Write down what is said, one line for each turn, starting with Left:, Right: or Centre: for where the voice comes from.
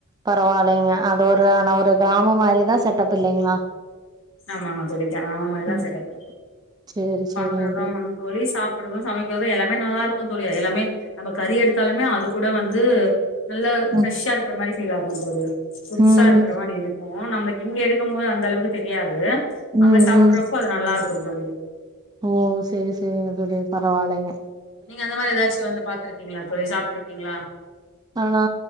Right: பரவால்லைங்க அது ஒரு அ ஒரு கிராமொ மாரிதா செட்டப் இல்லைங்களா
Left: ஆமாங்க தோழி த ஆமா இதா
Right: ம்
Left: செட்டப்பு
Right: சேரி சேரிங்க
Left: பாக்குறது வந் தோழி சாப்புர்றது சமைக்கிறது எல்லாமே நல்லா இருக்கு தோழி ய எல்லாமே நம்ம கறி எடுத்தாலுமே அது கூட வந்து நல்லா ஃப்ரெஷ்ஷா
Right: ம்
Left: இருக்ற மாரி ஃபீல் ஆகுந் தோழி புதுசா
Right: ம்
Left: இருக்ற மாரி இரு போ நமக்கு இங்க எடுக்கம்போது அந்த அளவுக்கு தெ டியாது
Right: ம்
Left: அங்க சாப்புர்றப்போ
Right: ம்
Left: அது நல்லா இருக் <unintelligible> தோழி
Right: ஓ செரி செரிங்க தோழி பரவால்லைங்க
Left: நீங்க அந்த மாரி ஏதாச்சு வந்து பாத்ருக்கிங்களா தோழி சாப்ட்ருக்கிங்களா
Right: நா